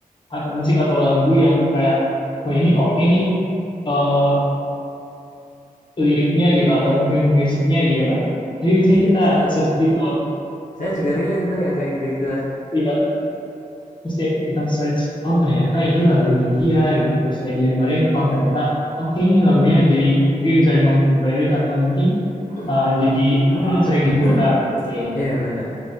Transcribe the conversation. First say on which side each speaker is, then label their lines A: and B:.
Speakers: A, on the left (about 35°); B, on the left (about 60°).
A: atau musik atau lagu yang kayak oh ini oke nih eh, liriknya gitu atau mungkin musiknya gitu kan. Jadi biasanya
B: Iya
A: kita
B: saya
A: search gitu oh
B: saya juga relate itu yang kayak gitu-gituan.
A: iya terus kayak kita search oh ternyata ini lagunya dia gitu terus kayak didengerin oh ternyata oke nih lagunya jadi mungkin bisa dimasukin playlist atau mungkin
B: <clears throat>
A: eh, jadi
B: Mm.
A: eh, sering diputar
B: <clears throat>
A: mungkin.
B: Iya bener.